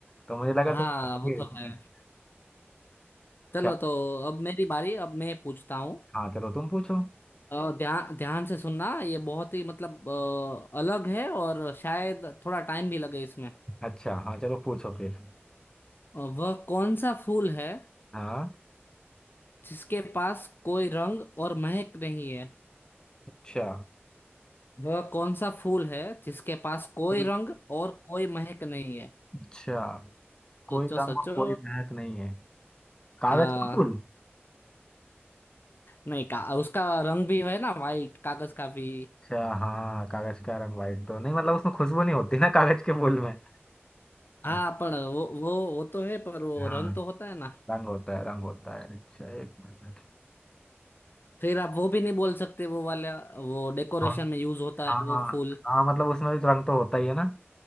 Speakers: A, on the left; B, on the left.
A: तो मुझे लगा
B: हाँ
A: तुम पत्थर
B: वो
A: घिसोगे।
B: तो है
A: <laughs>
B: चलो
A: क्या
B: तो अब मेरी बारी अब मैं पूछता हूँ
A: हाँ चलो तुम पूछो
B: और ध्यान ध्यान से सुनना ये बहुत ही मतलब अ, अलग है और शायद थोड़ा टाइम भी लगे इसमें
A: अच्छा हाँ चलो पूछो फिर
B: और वह कौन सा फूल है
A: हाँ
B: जिसके पास कोई रंग और महक नहीं है
A: अच्छा
B: वह कौन सा फूल है जिसके पास कोई
A: कोई
B: रंग और कोई महक नहीं है
A: अच्छा कोई
B: सोचो
A: रंग
B: सोचो
A: और कोई महक नहीं है कागज
B: हाँ
A: के फूल
B: नहीं का उसका रंग भी है ना वाइट कागज का भी
A: अच्छा हाँ कागज का रंग व्हाइट तो नहीं मतलब उसमें खुशबू नहीं होती ना कागज के फूल में
B: हाँ
A: अच्छा
B: पर वो वो वो तो है पर वो
A: हाँ
B: रंग तो होता है ना
A: रंग होता है रंग होता है अच्छा एक मिनट
B: फिर आप वो भी नहीं बोल सकते वो वाला वो डेकोरेशन
A: कौन
B: में यूज होता
A: हाँ
B: है वो फूल
A: हाँ मतलब उसमें भी तो रंग तो होता ही है ना